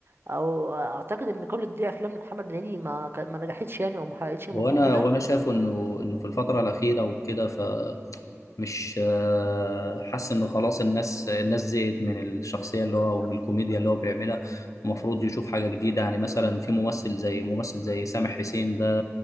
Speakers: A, on the right; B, on the left.
A: او اعتقد ان كل دي افلام محمد هنيدي ما ك- ما نجحتش يعني او ما حققتش المطلوب
B: وانا وانا شايف انه انه في الفتره الاخيره وكده فمش آه، حاسس انه خلاص الناس الناس زهقت من الشخصيه اللي هو ومن الكوميديا اللي هو بيعملها المفروض يشوف حاجه جديده يعني مثلا في ممثل زي ممثل زي سامح حسين ده